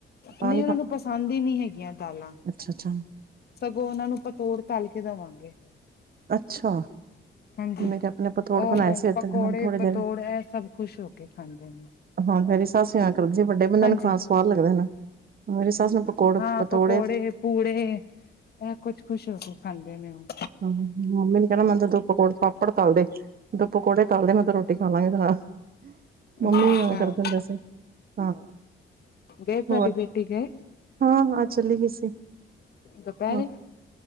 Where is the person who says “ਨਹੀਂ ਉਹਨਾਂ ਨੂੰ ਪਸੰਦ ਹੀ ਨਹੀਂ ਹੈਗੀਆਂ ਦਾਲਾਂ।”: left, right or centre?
Left